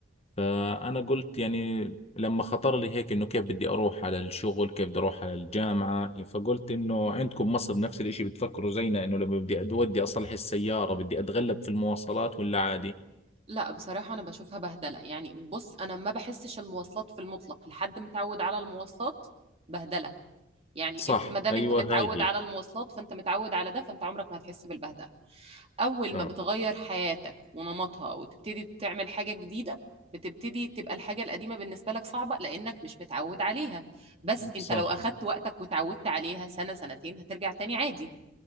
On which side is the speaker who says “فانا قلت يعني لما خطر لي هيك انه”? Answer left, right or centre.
Left